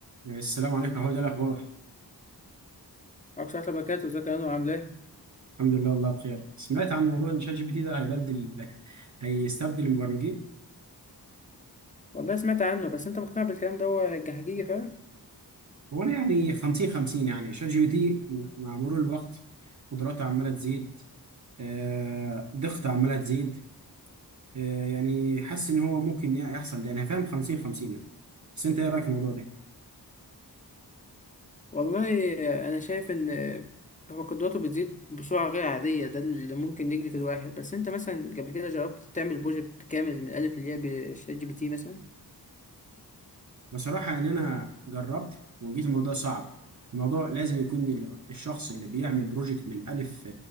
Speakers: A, on the right; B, on the left.
A: السلام عليكم هو ده الاخبار
B: معكش أحلى باكات وزكي أنو عاملاه إيه؟
A: الحمد لله والله بخير سمعت عن موضوع ان شات جي بي تي ده هيبدل هيستبدل المبرمجين
B: والله سمعت عنه بس أنت مقتنع بالكلام ده هو هيج- حقيقي فعلا
A: هو انا يعني 50 50 يعني شات جي بي تي مع مرور الوقت قدراته عماله تزيد آه دقته عماله تزيد آه يعني حاسس ان هو ممكن يحصل ده يعني فاهم 50 50 يعني بس انت ايه رايك في الموضوع ده
B: والله أنا شايف إن هو قدراته بتزيد بسرعة غير عادية ده اللي ممكن يجري في الواحد بس أنت مثلا قبل كده جربت تعمل بروجكت كامل من الألف للياء بشات جي بي تي مثلا؟
A: بصراحة إن أنا جربت وجيت الموضوع صعب الموضوع لازم يكون ال- الشخص اللي بيعمل بروجكت من ألف